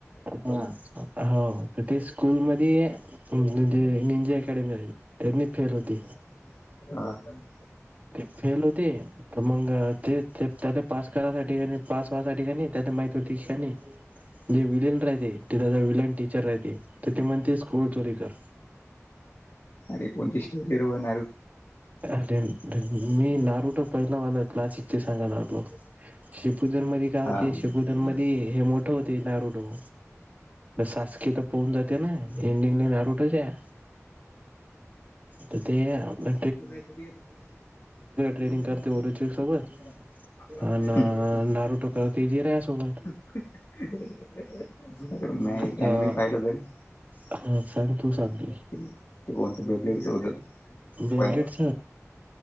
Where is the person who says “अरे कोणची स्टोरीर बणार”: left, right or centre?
Left